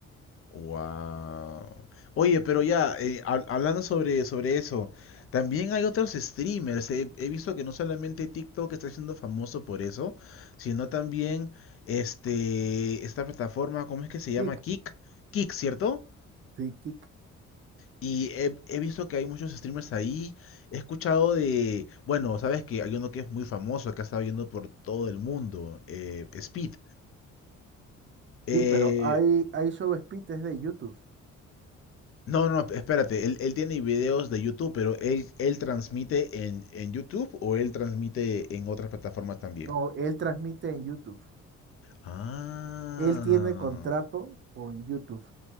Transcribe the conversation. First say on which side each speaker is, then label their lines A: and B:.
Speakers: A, on the left (about 50°); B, on the right (about 40°).
A: Wow. Oye, pero ya, eh, hab- hablando sobre, sobre eso, también hay otros streamers. He, he visto que no solamente TikTok está siendo famoso por eso, sino también este, esta plataforma, ¿cómo es que se llama?
B: Kick,
A: Kick. Kick, ¿cierto?
B: sí, kick.
A: Y he, he visto que hay muchos streamers ahí. He escuchado de, bueno, sabes que hay uno que es muy famoso, que ha estado yendo por todo el mundo, eh, Speed. Eh,
B: Sí, pero hay, hay show es de YouTube.
A: No, no, espérate, él, él tiene videos de YouTube, pero él, él transmite en, en YouTube o él transmite en otras plataformas también.
B: No, él transmite en YouTube.
A: Ah,
B: Él tiene contrato con YouTube